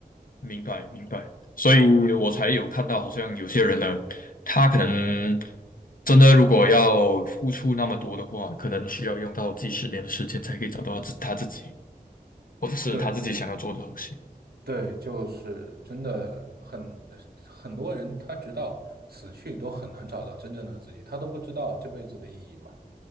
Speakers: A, on the left; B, on the right.
A: 明白明白，所以我才有看到，好像有些人呢，他可能真的如果要付出那么多的话，可能需要用到几十年的时间才可以找到自他自己，或者是他自己想要做的东西。
B: 对对，就是真的很呃很多人，他直到死去都很难找到真正的自己，他都不知道这辈子的意义吧。